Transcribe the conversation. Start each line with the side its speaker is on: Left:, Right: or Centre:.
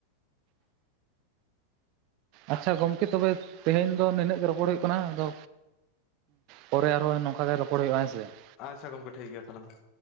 Right: ᱟᱪᱪᱷᱟ ᱜᱚᱝᱠᱮ ᱛᱚᱵᱮ, ᱛᱮᱦᱮᱧ ᱫᱚ ᱱᱤᱱᱟᱹᱜ ᱜᱮ ᱨᱚᱯᱚᱲ ᱦᱩᱭᱩᱜ ᱠᱟᱱᱟ ᱟᱫᱚᱼᱼ ᱯᱚᱨᱮ ᱟᱨᱦᱚᱸ ᱱᱚᱝᱠᱟ ᱜᱮ ᱨᱚᱯᱚᱲ ᱦᱩᱭᱩᱜᱼᱟ ᱦᱮᱸ ᱥᱮ ᱾
Left: ᱟᱪᱪᱷᱟ ᱜᱚᱢᱠᱮ ᱴᱷᱤᱠ ᱜᱮᱭᱟ ᱛᱟᱦᱚᱞᱮ ᱢᱟ ᱾